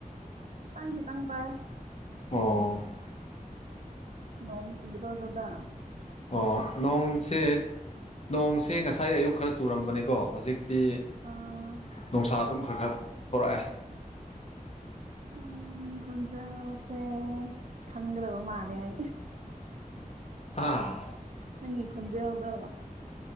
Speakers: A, on the right; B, on the left.
A: ꯄꯥꯡꯁꯤ ꯄꯥꯡ ꯄꯥꯏ
B: ꯑꯣ
A: ꯅꯣꯡ ꯆꯤꯡꯔꯣ ꯑꯗꯨꯗ
B: ꯑꯣ ꯅꯣꯡꯁꯦ ꯅꯣꯡꯁꯤꯦ ꯉꯁꯥꯏ ꯑꯌꯨꯛ ꯈꯔ ꯆꯨꯔꯝꯕꯅꯦꯀꯣ ꯍꯧꯖꯤꯛꯇꯤ
A: ꯑꯥ
B: ꯅꯨꯡꯁꯥ ꯑꯗꯨꯝ ꯈꯔ ꯈꯔ ꯊꯣꯛꯣꯔꯛꯑꯦ
A: ꯎ ꯈꯟꯖꯁꯦ ꯈꯪꯒꯗꯕ ꯃꯥꯅꯦꯏ
B: ꯍꯥ
A: ꯅꯪꯒꯤ ꯈꯣꯟꯖꯦꯜꯗꯣ